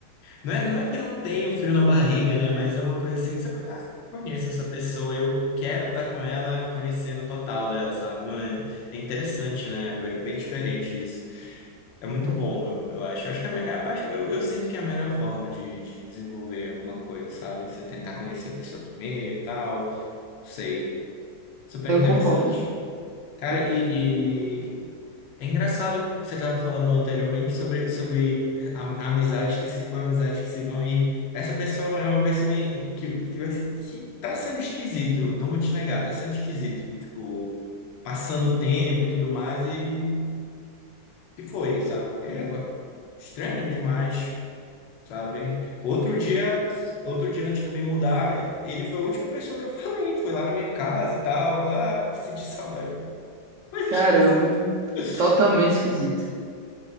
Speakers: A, on the left (about 70°); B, on the right (about 70°).
A: Não é, não é que não tem o frio na barriga, né? Mas é uma coisa assim, você fala, ah, conheço essa pessoa, eu quero estar com ela, conhecendo o total dela, sabe? Não é, é interessante, né? É bem diferente isso. É muito
B: Co-
A: bom, eu, eu acho. Eu acho que é a melhor, eu, acho- eu, eu sinto que é a melhor forma de, de desenvolver alguma coisa, sabe? Você tentar conhecer a pessoa primeiro e tal. Sei. Super
B: Eu
A: interessante.
B: concordo.
A: Cara,
B: Eu concordo.
A: e, e é engraçado que você estava falando anteriormente sobre, sobre a, a amizade que se foram, amizades que se vão, e essa pessoa é uma pessoa em- que, que, vai, ser- que tá sendo esquisito, não vou te negar, tá sendo esquisito, tipo, passando o tempo e tudo mais, e, e foi, sabe? É, ué, estranho demais, sabe? Outro dia, outro dia antes de eu me mudar, ele ele foi a última pessoa que eu falei, foi lá na minha casa e tal, lá, ah, vou sentir saudade. Coisa
B: Caramba,
A: esquisita, <laughs>
B: totalmente
A: coisa esquisita.
B: esquisito.